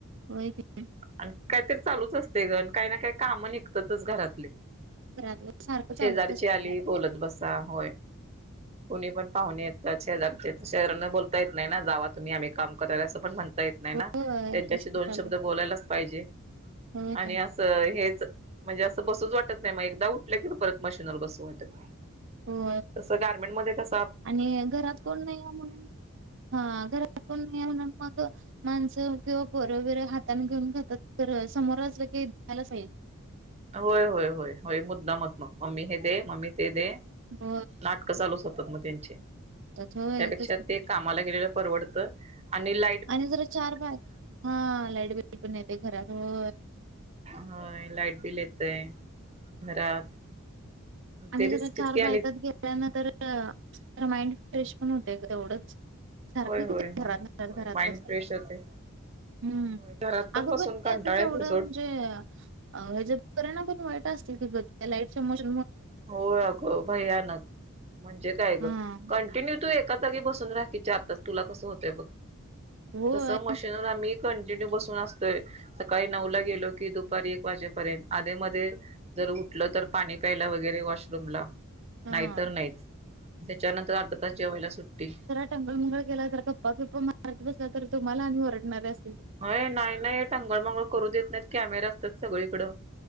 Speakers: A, on the right (about 55°); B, on the right (about 30°).
A: हो क
B: आणि काहीतरी चालूच असते गण काही ना काही काम निघतातच घरातले
A: घरातलं सारखं चालूच
B: शेजारची
A: असतंय
B: आली
A: काय ना काय
B: बोलत बसा होय कुणी पण पाहुणे येतात शेजरचे शेजरांना बोलता येत नाही ना जावा तुम्ही आम्ही काम करायला असं पण म्हणता येत नाही ना
A: तर होय
B: त्यांच्याशी
A: तसं
B: दोन
A: कुठालं
B: शब्द बोलायलाच पाहिजे
A: होय काय
B: आणि अस हेच म्हणजे असं बसूच वाटत नाही मग एकदा उठलं कि परत मशीनवर बसू वाटत नाही
A: हो
B: तस गार्मेंट मध्ये कस
A: आणि घरात कोण नाही आहे म्हणून हा घरात कोण नाही आहे म्हणून मग माणसं किंवा पर वगैरे हातने घेऊन खातात ख समोर असलं की मला स
B: होय होय होय होय मुद्दामच मग मम्मी हे दे मम्मी ते दे
A: ब
B: नाटकं चालूच होतात मग त्यांचे
A: होय
B: त्यापेक्षा
A: तेच
B: ते कामाला गेलेलं परवडत आणि ला
A: आणि जरा चार बाग हा लाईट बिल पण येते घरात होय
B: हो लाइट बिल येतय घरात
A: आणि
B: ते रिस्कीच
A: जरा चार
B: की आणि
A: बायकात गेल्यान तर माइंड फ्रेश पण होते तेवढंच सारखं
B: होय
A: किती
B: होय होय
A: घरात घरात
B: होय
A: घरात
B: माइंड
A: बसायचं
B: फ्रेश होते.
A: हम्म
B: होय घरात
A: अगं
B: बसून
A: पण
B: कंटाळा
A: यावढं
B: येतोय सोड
A: म्हणजे अ ह्याचे परिणाम पण वाईट असतील क लाईटशनमुळे
B: हो अगं भयानक म्हणजे काय
A: हा
B: ग कंटिन्यू तू एक एका जागी बसून रा क चार तास तुला कसं होतय बघ
A: होय
B: तस मशीनवर आम्ही कंटिन्यू बसून असतोय, सकाळी नऊ ला गेलो की दुपारी एक वाजेपर्यंत आधी मध्ये जर उठलो तर पाणी प्यायला वग वगैरे वॉशरूम ला
A: हा
B: नाहीतर नाहीच त्याच्यानंतर अर्धा तास जेवायला सुट्टी.
A: टंगळ मंगळ गेला तर गप्पा मारत बसला तर तुम्हाला आम्ही वरडणारच
B: ऐ नाय नाय टंगळ मंगळ करू देत नाहीत कॅमेरा असतात सगळीकडं.